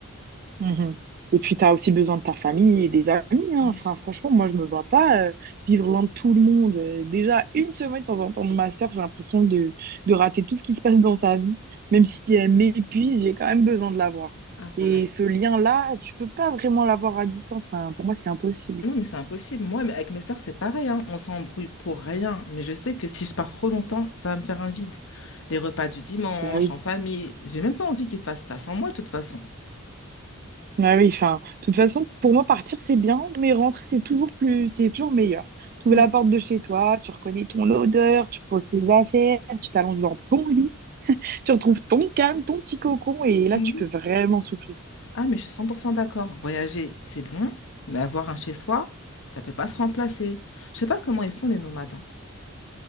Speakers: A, on the right (about 40°); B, on the left (about 60°).
A: Mhm. Et puis, tu as aussi besoin de ta famille et des amis. hein.
B: Oui.
A: Enfin, franchement, moi, je me vois pas euh, vivre loin de tout le monde. Euh, déjà, une semaine sans entendre ma soeur, j'ai l'impression de, de rater tout ce qui se passe dans sa vie. Même si elle m'épuise, j'ai quand même besoin de la voir.
B: Ah pareil.
A: Et ce lien-là, tu peux pas vraiment l'avoir à distance. Enfin, pour moi, c'est impossible.
B: Non mais c'est impossible, moi mais avec mes sœurs c'est pareil, hein. On s'embrouille pour rien, mais je sais que si je pars trop longtemps, ça va me faire un vide. Les repas du dimanche,
A: Bah oui.
B: en famille, j'ai même pas envie qu'ils fassent ça sans moi de toute façon.
A: Bah oui, enfin, de toute façon, pour moi, partir, c'est bien, mais rentrer, c'est toujours plus, c'est toujours meilleur. Tu ouvres
B: Oui.
A: la porte de chez toi, tu reconnais ton odeur, tu poses tes affaires, tu t'allonges dans ton lit. Tu retrouves ton calme, ton petit cocon, et là,
B: Oui,
A: tu peux vraiment souffler.
B: Ah, mais je suis 100% d'accord. Voyager, c'est bon, mais avoir un chez-soi, ça peut pas se remplacer. Je sais pas comment ils font les nomades, hein.